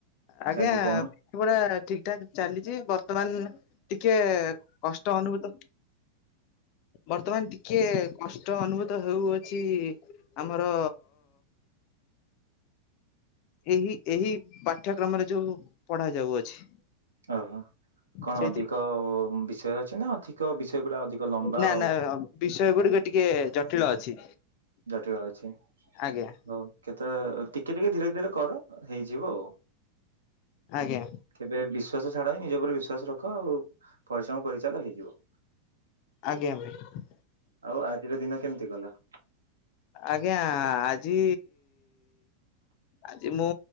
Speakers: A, on the left; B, on the right.
A: ଆଜ୍ଞା
B: ଚାଲିଛି କହୁନ
A: ପାଠ ପଢ଼ା ଠିକ୍ ଠାକ୍ ଚାଲିଛି ବର୍ତ୍ତମାନ ଟିକେ କଷ୍ଟ ଅନୁଭୂତ ବର୍ତ୍ତମାନ ଟି କିଏ କଷ୍ଟ ଅନୁଭୂତ ହୋଉ ଅଛି ଆମର ଏହି ଏହି ପାଠ୍ୟକ୍ରମରେ ଯୋଉ ପଢା ଯାଉଅଛି।
B: ଓହୋ। କଣ
A: ସେଇଥି
B: ଅଧିକ ବିଷୟ ଅଛି ନା ଅଧିକ ବିଷୟ ଗୁଡା ଅଧିକ ଲମ୍ବା
A: ନା
B: ଆଉ
A: ନା ବିଷୟ ଗୁଡିକ ଟିକେ ଜଟିଳ ଅଛି।
B: ଟିକେ ଜଟିଳ ଅଛି
A: ଆଜ୍ଞା
B: ହୋଉ କେତେଳ ଟି ଟିକେ ଧୀରେ ଧୀରେ କର ହେଇଯିବ ଆଉ
A: ଆଜ୍ଞା।
B: କେବେ ବିଶ୍ ଶ୍ୱାସ ଛାଡ ହ ନିଜ ଉପରେ ବିଶ୍ଵାସ ରଖ ଆଉ ପରିଶ୍ରମ କରିଚାଲ ହେଇଯିବ।
A: ଆଜ୍ଞା ଭାଇ।
B: ଆଉ ଆଜିର ଦିନ କେମିତି ଗଲା?
A: ଆଜ୍ଞା ଆଜି ଆଜି ମୁଁ